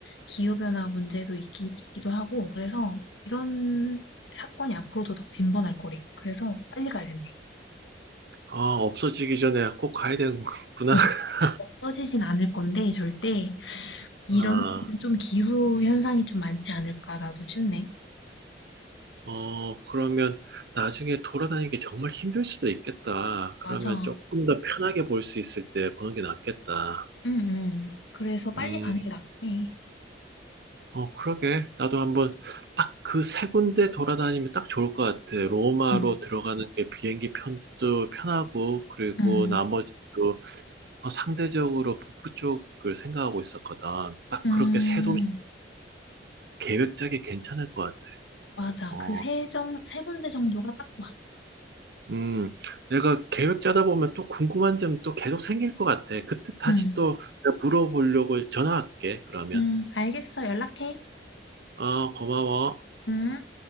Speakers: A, on the left; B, on the right.
A: 기후변화 문제도 있기, 있기도 하고. 그래서 이런 사건이 앞으로도 더 빈번할 거래. 그래서 빨리 가야 된대.
B: 아, 없어지기 전에 꼭 가야 되는구나.
A: 어,
B: <laughs>
A: 없어지진 않을 건데 절대 이런
B: 아,
A: 좀 기후 현상이 좀 많지 않을까 나도 싶네.
B: 어, 그러면 나중에 돌아다니기 정말 힘들 수도 있겠다. 그러면
A: 맞아.
B: 조금 더 편하게 볼 수 있을 때 보는 게 낫겠다.
A: 응, 응. 그래서 빨리
B: 음,
A: 가는 게 낫긴 해.
B: 어, 그러게. 나도 한번 딱 그 세 군데 돌아다니면 딱 좋을 것 같아. 로마로
A: 응,
B: 들어가는 게 비행기 편도 편하고, 그리고
A: 응.
B: 나머지 도 어, 상대적으로 북부 쪽을 생각하고 있었거든. 딱
A: 음.
B: 그렇게 세 도시가 계획 짜기 괜찮을 것 같아.
A: 맞아.
B: 어,
A: 그 세 정, 세 군데 정도가 딱 좋아.
B: 음, 내가 계획 짜다 보면 또 궁금한 점 또 계속 생길 것 같아. 그때 다시
A: 응.
B: 또 내가 물어보려고 전화할게, 그러면.
A: 응. 알겠어. 연락해.
B: 어, 고마워.
A: 응.